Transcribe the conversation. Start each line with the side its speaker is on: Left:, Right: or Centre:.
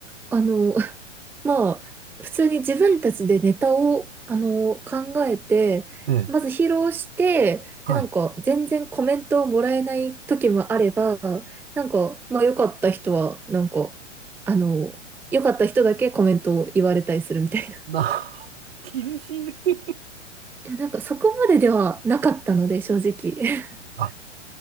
Centre: あの、まあ、普通に自分たちでネタを、あの、考えて、
Right: ええ、
Centre: まず披露して、
Right: はい。
Centre: で、なんか、全然コメントをもらえない時もあれば、なんか、まあ、良かった人は、なんか、あの、良かった人だけコメントを言われたりするみたいな。<laughs>
Right: な、<laughs> 厳しい。<laughs>
Centre: いや、なんか、そこまでではなかったので、正直。<laughs>
Right: あ、